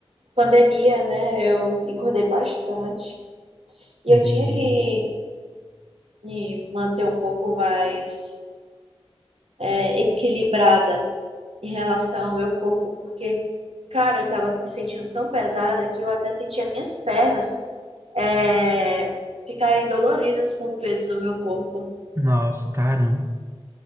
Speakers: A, on the right (about 80°); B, on the right (about 25°).
A: Pandemia, né? Eu engordei bastante. E
B: Entendi.
A: eu tinha que me manter um pouco mais é, equilibrada em relação ao meu corpo, porque, cara, eu tava me sentindo tão pesada que eu até sentia minhas pernas é, ficarem doloridas com o peso do meu corpo.
B: Nossa, cara.